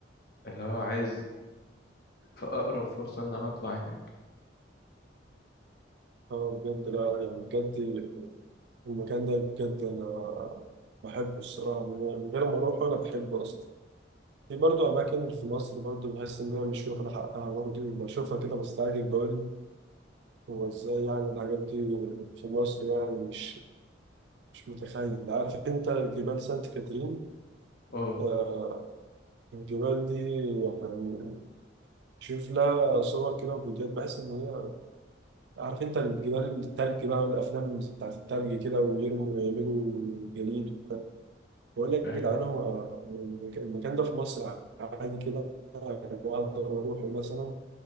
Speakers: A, on the left; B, on the right.
A: اللي هو عايز في أقرب فرصة إن أنا أطلع هناك
B: اه بجد لا يعني بجد المكان ده بجد انا بحبه الصراحة من غير من غير ما اروح انا بحبه اصلا في برضو أماكن في مصر برضو بحس إن أنا مش واخدة حقها برضو بشوفها كده بستعجب بقول هو إزاي يعني الحاجات دي في مصر يعني مش مش متخيل عارف انت جبال سانت كاترين
A: أه
B: آه الجبال دي يعني شوف لها صور كده وفيديوهات بحس ان هي عارف انت الجبال التلج بقى والافلام بتاعت التلج كده ويرموا ويعملوا جليد وبتاع بقول لك
A: أيوه
B: يا جدعان هو المك- المكان ده في مصر عادي كده اقدر اروحه مثلا